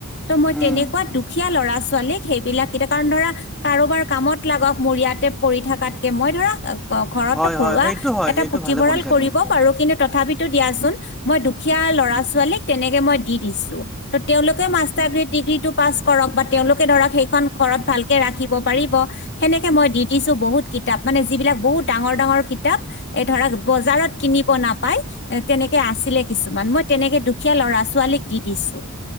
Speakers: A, on the left (about 55°); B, in the centre.
A: ত মই তেনেকুৱা
B: উম
A: দুখীয়া ল'ৰা ছোৱালীক- সেইবিলাক কেইটা কাৰণ ধৰা কাৰোবাৰ কামত লাগক মোৰ ইয়াতে পৰি থকাতকে, মই ধৰা- ঘ ঘৰতো
B: হয়
A: ঘৰুৱা
B: হয় সেইটো হয়
A: এটা
B: সেইটো
A: পুথিভঁৰাল
B: ভালে কৰিছা
A: কৰিব-
B: তুমি
A: পাৰো, কিন্তু তথাপিতো দিয়াচোন মই দুখীয়া ল'ৰা ছোৱালীক তেনেকে মই দি দিছোঁ। ত তেওঁলোকেও মাষ্টাৰ ডিগ্ৰী টো পাছ কৰক বা তেওঁলোকে ধৰক- সেইখন ঘৰত ভালকে ৰাখিব পাৰিব- সেনেকে মই দি দিছোঁ বহুত কিতাপ মানে যিবিলাক বহুত ডাঙৰ ডাঙৰ কিতাপ। এ ধৰা বজাৰত কিনিব নাপাই এ তেনেকে আছিলে কিছুমান। মই- তেনেকে দুখীয়া ল'ৰা ছোৱালীক দি দিছোঁ।